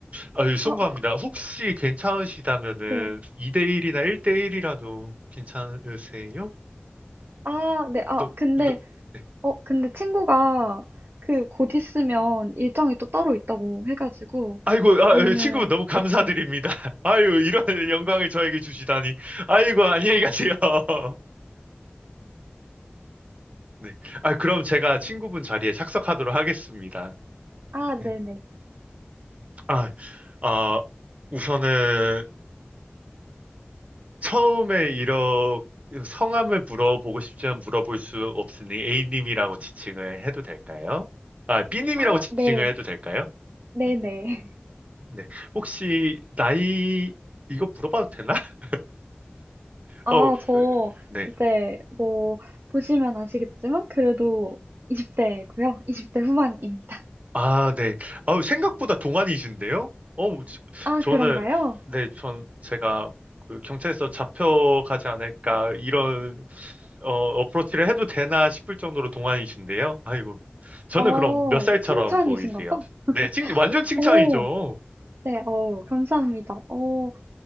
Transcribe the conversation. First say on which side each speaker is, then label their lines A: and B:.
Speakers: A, on the right; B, on the right.
A: 아유, 송구합니다.
B: 어,
A: 혹시 괜찮으시다면은
B: 네.
A: 2대1이나 1대1이라도 괜찮으세요?
B: 아, 네. 아,
A: 너,
B: 근데
A: 너, 네.
B: 어, 근데 친구가 그 곧 있으면 일정이 또 따로 있다고 해가지고,
A: 아이고, 아,
B: 그러면은
A: 예, 친구분 너무 감사드립니다.
B: 어떻게?
A: <laughs> 아유, 이런 영광을 저에게 주시다니. 아이고, 안녕히 가세요. <laughs> 네. 아, 그럼 제가 친구분 자리에 착석하도록 하겠습니다.
B: 아, 네네.
A: 네. 아, 어, 우선은 처음에 이렇게 성함을 물어보고 싶지만 물어볼 수 없으니 A님이라고 지칭을 해도 될까요? 아, B님이라고
B: 아,
A: 지칭을
B: 네.
A: 해도 될까요?
B: 네네.
A: 네.
B: <laughs>
A: 네. 혹시 나이 이거 물어봐도 되나? <laughs>
B: 아,
A: 어,
B: 저
A: 네.
B: 이제 뭐 보시면 아시겠지만 그래도 20대고요. 20대 후반입니다.
A: 아, 네. 아우, 생각보다 동안이신데요? 어, 저-
B: 아,
A: 저는,
B: 그런가요?
A: 네, 전, 제가, 그, 경찰서 잡혀가지 않을까, 이런, 어, 어프로치를 해도 되나 싶을 정도로 동안이신데요? 아이고. 저는
B: 어,
A: 그럼 몇 살처럼
B: 칭찬이신
A: 보이세요?
B: 거죠?
A: 네, 칭, 완전 칭찬이죠.
B: 오, 네, 어, 감사합니다. 어,